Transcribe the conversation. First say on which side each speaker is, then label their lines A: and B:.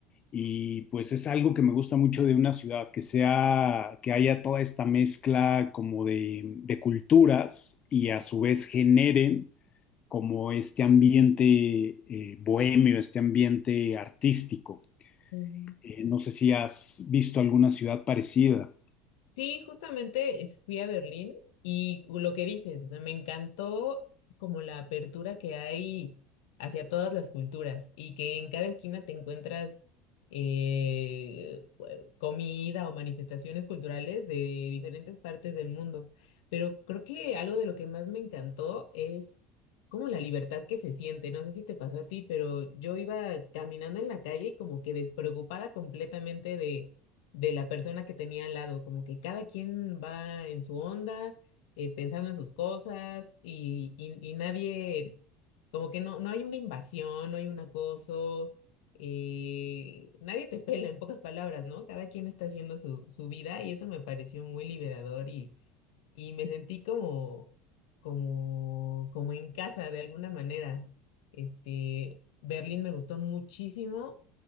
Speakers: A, on the left (about 35°); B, on the left (about 65°).
A: Y pues es algo que me gusta mucho de una ciudad, que sea, que haya toda esta mezcla como de, de culturas y a su vez generen como este ambiente eh, bohemio, este ambiente artístico.
B: ujú.
A: Eh, no sé si has visto alguna ciudad parecida.
B: Sí, justamente es- fui a Berlín y lo que dices, o sea, me encantó como la apertura que hay hacia todas las culturas y que en cada esquina te encuentras eh, eh, comida o manifestaciones culturales de diferentes partes del mundo. Pero creo que algo de lo que más me encantó es como la libertad que se siente. No sé si te pasó a ti, pero yo iba caminando en la calle y como que despreocupada completamente de de la persona que tenía al lado, como que cada quien va en su onda, eh, pensando en sus cosas y, y, y nadie, como que no, no hay una invasión, no hay un acoso, eh, nadie te pela, en pocas palabras, ¿no? Cada quien está haciendo su, su vida y eso me pareció muy liberador y, y me sentí como, como, como en casa de alguna manera. Este, Berlín me gustó muchísimo